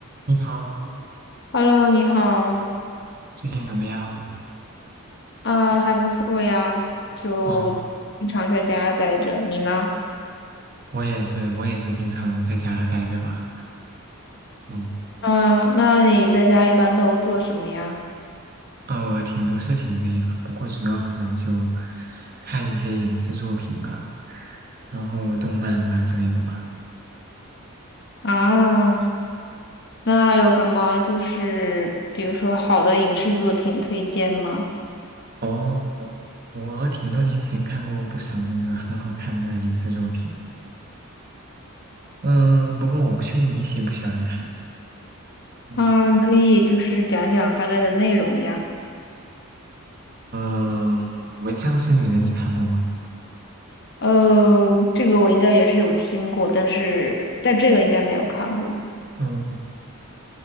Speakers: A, on the right (about 45°); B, on the left (about 55°).
A: 你好，
B: Hello，你好，
A: 最近怎么样？
B: 啊、还不错呀，就经常在家待着。
A: 哦，
B: 你呢？
A: 我也是，我也是平常在家待着吧。嗯，
B: 啊、那你在家一般都做什么呀？
A: 呃，挺多事情的呀，不过主要可能就看一些影视作品吧，然后动漫啊之类的吧。
B: 啊，那有什么就是比如说好的影视作品推荐吗？
A: 哦，我挺多年前看过不少那个很好看的影视作品，嗯、不过我不确定你喜不喜欢看。嗯，
B: 嗯，你可以就是讲讲大概的内容呀。
A: 嗯、闻香识女人》你看过吗？
B: 呃，这个我应该也是有听过，但是但这个应该没有看过。
A: 嗯，